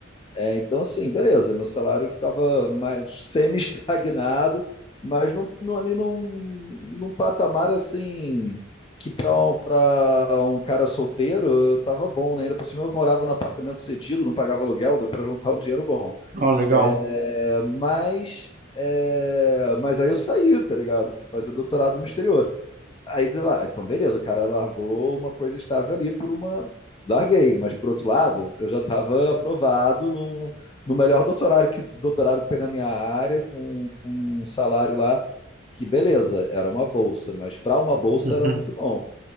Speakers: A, on the left (about 25°); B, on the right (about 45°).
A: É, então, assim, beleza, meu salário ficava mais semi-estagnado, mas num, num- ali num, num patamar assim que para um, pra um cara solteiro eh, tava bom, né? Ainda por cima eu morava num apartamento cedido, não pagava aluguel, deu para juntar um dinheiro bom.
B: Oh, legal.
A: É, mas, é, mas aí eu saí, tá ligado? Fui fazer doutorado no exterior. Aí, lá, então, beleza, o cara largou uma coisa estável ali por uma. Larguei, mas por outro lado, eu já estava aprovado num, no melhor doutorado que, doutorado que tem na minha área, com, com um salário lá que, beleza, era uma bolsa, mas para uma bolsa
B: Uhum,
A: era muito bom.